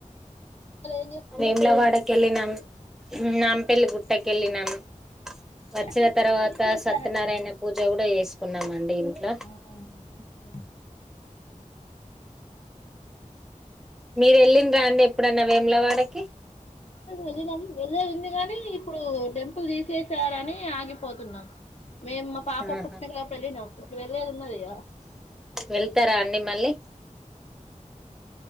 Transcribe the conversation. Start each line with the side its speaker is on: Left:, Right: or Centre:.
Left: అసలు ఏం చేస్తున్నారు
Centre: వెంలవడకే వెళ్ళినాం నాంపెలి గుట్టక వెళ్లి నం వచ్చిన
Left: టెంపుల్
Centre: తర్వాత
Left: ఇప్పుడు తీసేసారట
Centre: సత్యనారాయణ
Left: కదా
Centre: పూజ కూడా చేసి పున్నమ ఇంట్లో
Left: ఆ మంచిది
Centre: మీరు వెళ్ళిండ్ర అండి ఎప్పుడన్నా వేములవాడ కి
Left: వేములవాడ కు వెళ్ళినాం వెళ్లేది ఉంది కాని ఇప్పుడు టెంపుల్ తీసేసారని ఆగిపోతు న్నాం మేము మా పాప
Centre: ఆహా
Left: పుట్టినప్పుడు వెళ్ళినం <unintelligible>
Centre: వెళ్తారా అండి మళ్ళీ